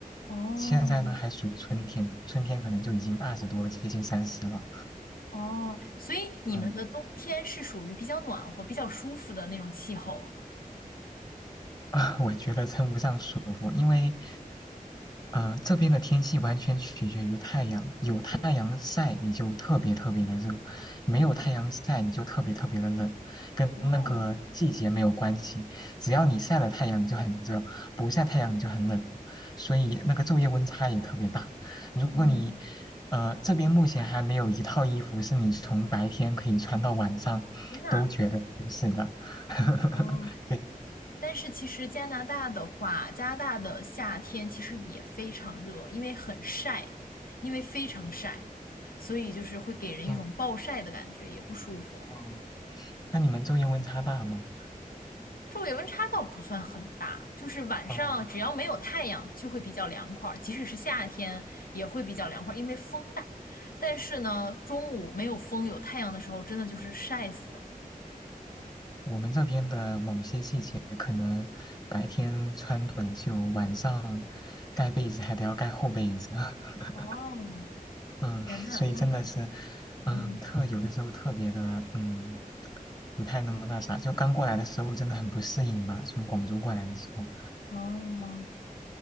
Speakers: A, on the left; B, on the left.
A: 哦
B: 现在呢还属于春天，春天可能就已经二十多，接近三十了。
A: 哦，所以你们的冬天是属于比较暖和、
B: 嗯
A: 比较舒服的那种气候。
B: 啊，<laughs> 我觉得称不上舒服，因为呃这边的天气完全取决于太阳，有太阳晒你就特别特别的热，
A: 嗯，
B: 没有太阳晒你就特别特别的冷，
A: 哦，
B: 跟那个季节没有关系，
A: 哦，
B: 只要你晒了太阳你就很热，不晒太阳你就很冷，所以那个昼夜温差也特别大。如果你
A: 嗯，
B: 呃这边目前还没有一套衣服是你从白天可以穿到晚上都觉得舒适的。
A: 真的啊？
B: <laughs>
A: 哦，但是其实加拿大的话，加拿大的夏天其实也非常热，因为很晒，因为非常晒，所以就是会给人一种暴晒的感觉，
B: 嗯
A: 也不舒服。
B: 嗯，那你们昼夜温差大吗？
A: 昼夜温差倒不算很大，就是晚上只要没有太阳就会比较凉快儿，
B: 啊、
A: 即使是夏天也会比较凉快儿，因为风大。但是呢，中午没有风有太阳的时候，真的就是晒死了
B: 我们这边的某些季节，可能白天穿短袖，晚上盖被子还得要盖厚被子。<laughs>
A: 哦，
B: 嗯，
A: 天呐，
B: 所以真的是，
A: 那可，
B: 嗯，
A: 嗯，
B: 特有的时候特别的，嗯，不太那么那啥。就刚过来的时候，真的很不适应吧，从广州过来的时候，
A: 哦，